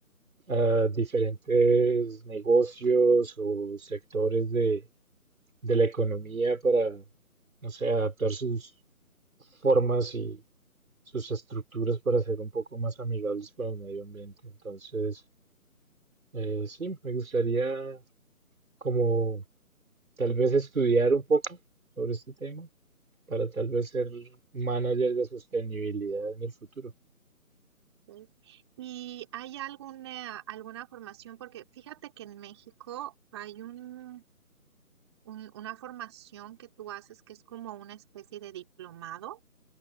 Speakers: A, on the right (about 60°); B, on the right (about 20°).
A: a diferentes negocios o sectores de, de la economía para, no sé, adaptar sus formas y sus estructuras para ser un poco más amigables para el medio ambiente. Entonces, eh, sí, me gustaría como tal vez estudiar un poco sobre este tema para tal vez ser manager de sostenibilidad en el futuro.
B: Ok. ¿Y hay alguna, alguna formación? Porque fíjate que en México hay un, un- una formación que tú haces que es como una especie de diplomado,